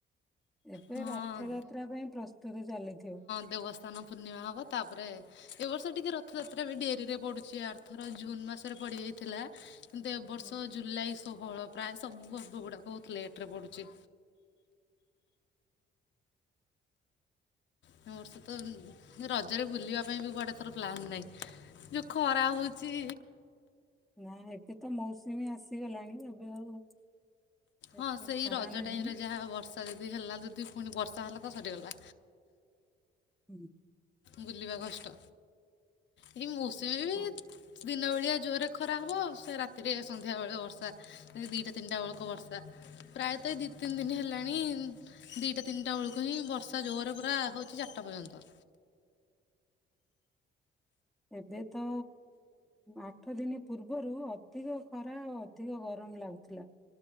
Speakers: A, in the centre; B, on the left.
A: ଏବେ
B: ହଁ
A: ରଥଯାତ୍ରା ପାଇଁ ପ୍ରସ୍ତୁତି ଚାଲିଥିବ।
B: ଦେବସ୍ନାନ ପୂର୍ଣ୍ଣିମା ହବ ତାପରେ ଏ ବର୍ଷ ଟିକେ ରଥଯାତ୍ରା ବି ଡେରିରେ ପଡୁଚି ଆର ଥର ଜୁନ୍ ମାସରେ ପଡିଯାଇଥିଲା। କିନ୍ତୁ ଏ ବର୍ଷ
A: ହୁଁ
B: ଜୁଲାଇ ଷୋହଳ ପ୍ରାୟେ ସବୁ ପର୍ବ ଗୁଡାକ ବହୁତ ଲେଟ୍ ରେ ପଡୁଚି। ମୋର୍ ତ ରଜରେ ବୁଲିବା ପାଇଁ ବି କୁଆଡେ ଏଥର ପ୍ଲାନ୍ ନାହିଁ। ଯଉ ଖରା ହଉଚି।
A: ନା ଏବେ ତ ମୌସୁମୀ ଆସିଗଲାଣି ଏବେ ଆଉ ଏତେ
B: ହଁ ସେଇ
A: ଖରା
B: ରଜ
A: ନାହିଁ।
B: ଟାଇମ୍ ରେ ଯାହା ବର୍ଷା ଯଦି ହେଲା ଯଦି ପୁଣି ବର୍ଷା ହେଲା ତ ସରିଗଲା।
A: <inaudible>
B: ବୁଲିବା କଷ୍ଟ ଏଇ ମୌସୁମୀ
A: ହଁ
B: ଦିନ ବଳିଆ ଜୋର୍ ରେ ଖରା ହବ ସେ ରାତିରେ ସନ୍ଧ୍ୟା ବେଳେ ବର୍ଷା ସେ ଦିଟା ତିନିଟା ବେଳକୁ ବର୍ଷା। ପ୍ରାୟତଃ ଏଇ ଦି ତିନି ଦିନି ହେଲାଣି ଦିଇଟା ତିନିଟା ବଳକୁ ହିଁ ବର୍ଷା ଜୋର୍ ରେ ପୁରା ହଉଚି ଚାରିଟା ପର୍ଯ୍ୟନ୍ତ।
A: <inaudible> ଏବେ ତ ଆଠ ଦିନି ପୂର୍ବରୁ ଅଧିକ ଖରା ଅ- ଅଧିକ ଗରମ୍ ଲାଗୁଥିଲା।